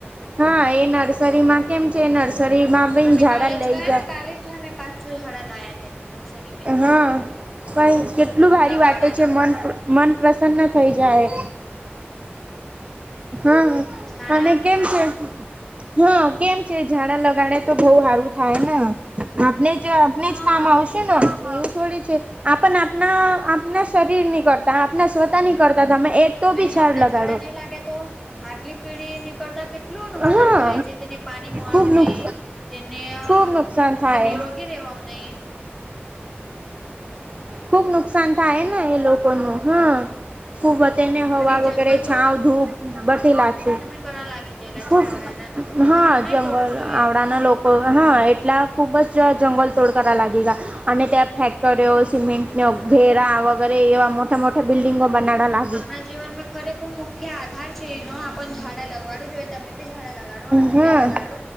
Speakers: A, on the right; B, in the centre.
A: હા એ નર્સરીમાં કેમ છે નર્સરીમાં બી
B: અમે
A: ઝાડા
B: કાલેજ
A: લઈ
B: ગયા
A: જા
B: ને કાલેજ અમે પાંચ છો ઝડા લાયા તા નર્સરીમાં
A: હા ભાઈ કેટલું ભારી
B: લગવાડાને
A: વાટે છે મન તો મન પ્રસન્ન થઈ જાય હા
B: ઝાડા
A: અને કેમ કે હા કેમ છે ઝાડા લગાડે તો બહ સારું થાય ને આપને જે આપણે
B: હા
A: જ કામ આવશે ને એવું થોડી છે આ પણ આપણા આપણા શરીર નીકળતા સ્વતા નહીં કરતા તમે એક તો
B: અને
A: બી
B: હાવડા
A: છાડ લગાડો
B: ઝાડા નહીં તો આગલી પેઢી નીકળતા કે કેટલું નુકસાન
A: હા
B: થય છે તેને પાણી મળાવ
A: ખુબ
B: નહીં
A: નુક
B: તેને
A: ખુબ નુકસાન થાય
B: તે નિરોગી રેવાવું નહી
A: ખુબ નુકસાન થાય ના એ લોકોનું હમ ખુબ વને હવા
B: અને જંગલ
A: વગેરે છાવ ધૂપ બતી લાગશે
B: કર લાગે છે
A: ખુબ
B: આવડાના લોકો તો
A: હા
B: ઝાડ નહીં
A: જંગલ
B: તોડવું જોઈએ
A: આવડાના લોકોક હા એટલા ખુબ જ જંગલ તોડ કરવા લાગી ગયા અને ત્યાં ફેક્ટરીઓ સિમેન્ટ ન ઘેરા વગેરે એવા મોટા મોટા બિલ્ડિંગો બન્ડા લા
B: આપણા જીવન મે ખરેખૂબ મુખ્ય આધાર છે એ ન ડા લગાડું જોઈ તમે બી ઝાડા લગાડો અમે
A: હા
B: બી લગાડો